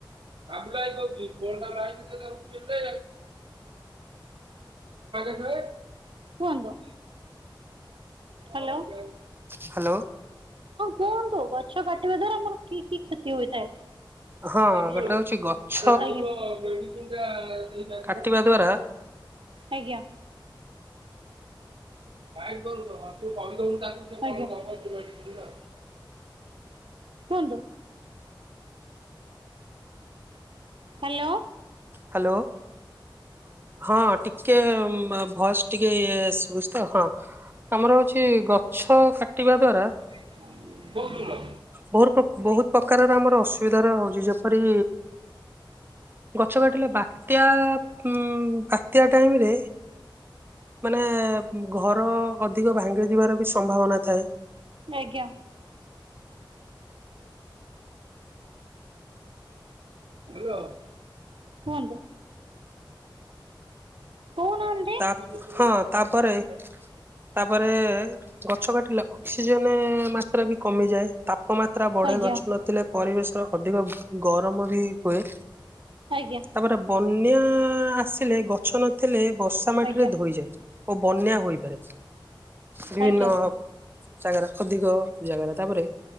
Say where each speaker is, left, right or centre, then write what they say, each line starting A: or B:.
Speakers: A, on the right; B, on the right.
A: ଆବୁଲ ଭାଇ କୋହୁଚି ଫୋନ୍ ଟା ମାଇଲେ ଯେ ଓଠେଇଲୁନି <unintelligible> <unintelligible> କୁହନ୍ତୁ। ହାଲୋ। ହଁ
B: ହ୍ୟାଲୋ
A: କୁହନ୍ତୁ ଗଛ କାଟିବା ଦ୍ଵାରା ଆମର କି କି କ୍ଷତି ହୋଇଥାଏ।
B: ହଁ
A: ଆଚ୍ଛା।
B: ଗୋଟେ ହଉଛି ଗଛ କାଟିବା ଦ୍ଵାରା
A: ଆଜ୍ଞା। ଆଜ୍ଞା। କୁହନ୍ତୁ। ହାଲୋ।
B: ହାଲୋ। ହଁ ଟିକେ ଭଏସ୍ ଟିକେ ଶୁଭୁଚି ତ ହଁ। ଆମର ହୋଉଚି ଗଛ କାଟିବା ଦ୍ଵାରା
A: <unintelligible>
B: ବୋହୁରୁ ପ୍ରୋ ବୋହୁତ ପ୍ରକାରର ଆମର ଅସୁବିଧା ର ହୁଚି ଯେପରି ଗଛ କାଟିଲେ ବାତ୍ୟା ଉଁ ବାତ୍ୟା ଟାଇମରେ ମାନେ ଘର ଅଧିକ ଭାଙ୍ଗି ଯିବାର ବି ସମ୍ଭାବନା ଥାଏ।
A: ଆଜ୍ଞା। ହାଲୋ କୁହନ୍ତୁ କୋହୁନା <unintelligible>
B: ତା ହଁ ତାପରେ
A: <unintelligible>
B: ତାପରେ ଗଛ କାଟିଲେ ଅକ୍ସିଜେନ ମାତ୍ରା ବି କମିଯାଏ। ତା ତାପମାତ୍ରା ବଢେ
A: ଆଜ୍ଞା
B: ଗଛ ନଥିଲେ ପରିବେଶ ଅଧିକ ଗରମ ବି ହୁଏ।
A: ଆଜ୍ଞା
B: ତାପରେ ବନ୍ୟା ଆସିଲେ ଗଛ ନଥିଲେ ବର୍ଷା ମାଟିରେ
A: ଆଜ୍ଞା।
B: ଧୋଇଯାଏ ଓ ବନ୍ୟା ହୋଇପାରେ। ବିଭିନ୍ନ
A: ଆଜ୍ଞା
B: ଜାଗାରେ ଅଧିକ ଜାଗାରେ। ତାପରେ